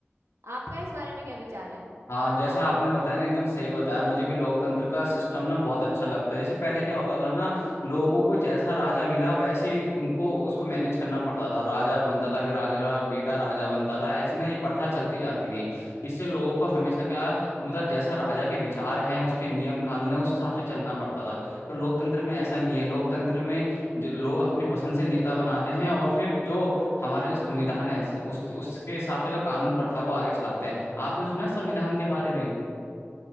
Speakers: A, on the right (about 80°); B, on the left (about 80°).
A: आपका इस बारे में क्या विचार है
B: हाँ जैसा आपने बताया ना एकदम सही बताया मुझे भी लोकतंत्र का सिस्टम ना बहुत अच्छा लगता है जैसे पहले क्या होता था ना लोगों को जैसा राजा मिला वैसी उनको उसको मैनेज करना पड़ता था राजा बनता था फिर राजा का बेटा राजा बनता था ऐसी ना ये प्रथा चलती जाती थी इससे लोगों को हमेशा क्या मतलब जैसा राजा के विचार हैं उसके नियम कानून है उस हिसाब से चलना पड़ता था तो लोकतंत्र में ऐसा नहीं है लोकतंत्र में जो लोग अपनी पसंद से नेता बनाते हैं और फिर जो हमारा जो संविधान है उस उसके हिसाब से जो कानून प्रथा को आगे चलाते हैं आपने सुना है संविधान के बारे में